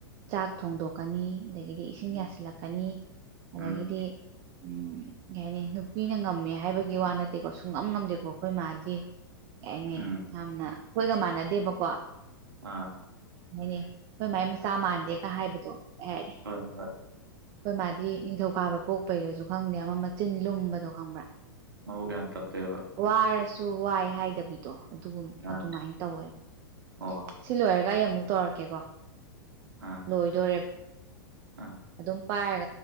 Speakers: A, on the right; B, on the right.
A: ꯆꯥꯛ ꯊꯣꯡꯗꯣꯛꯀꯅꯤ ꯑꯗꯒꯤꯗꯤ ꯏꯁꯤꯡ
B: ꯎꯝ
A: ꯌꯥꯁꯤꯜꯂꯛꯀꯅꯤ ꯑꯗꯒꯤꯗꯤ
B: ꯎꯝ
A: ꯎꯝ ꯀꯩ ꯍꯥꯏꯅꯤ ꯅꯨꯄꯤꯅ ꯉꯝꯃꯦ ꯍꯥꯏꯕꯒꯤ ꯋꯥ ꯅꯠꯇꯦꯀꯣ ꯁꯨꯉꯝ ꯉꯝꯗꯦꯀꯣ ꯈꯣꯏ ꯃꯥꯗꯤ ꯀꯩ ꯍꯥꯏꯅꯤ
B: ꯎꯝ
A: ꯌꯥꯝꯅ ꯈꯣꯏꯒ ꯃꯥꯟꯅꯗꯦꯕꯀꯣ
B: ꯑꯥꯑꯥ
A: ꯍꯥꯏꯅꯤ ꯈꯣꯏ ꯃꯥꯏ ꯃꯆꯥ ꯃꯥꯟꯗꯦꯒ ꯍꯥꯏꯕꯗꯣ ꯑꯩ ꯍꯥꯏꯗꯤ
B: ꯍꯣꯏ ꯍꯣꯏ
A: ꯈꯣꯏ ꯃꯥꯗꯤ ꯅꯤꯡꯊꯧꯀꯥꯕ ꯄꯣꯛꯄꯩꯔꯖꯨ ꯈꯪꯗꯦꯉꯣ ꯃꯆꯤꯟꯨ ꯂꯨꯝ ꯕꯗꯣ ꯈꯪꯕ꯭ꯔꯥ
B: ꯃꯕꯨꯛ ꯌꯥꯝ ꯇꯞꯄꯦꯕ
A: ꯋꯥꯔꯁꯨ- ꯋꯥꯏ ꯍꯥꯏꯗꯕꯤꯗꯣ ꯑꯗꯨꯒꯨꯝ ꯑꯗꯨꯃꯥꯏꯅ
B: ꯑꯥ
A: ꯇꯧꯌꯦꯕ
B: ꯑꯣ
A: ꯁꯤ ꯂꯣꯏꯔ ꯒꯥ ꯑꯩ ꯑꯃꯨꯛ ꯇꯧꯔꯛꯀꯦꯀꯣ
B: ꯑꯥ
A: ꯂꯣꯏꯗꯣꯔꯦ
B: ꯑꯥ
A: ꯑꯗꯨꯝ ꯄꯥꯏꯔ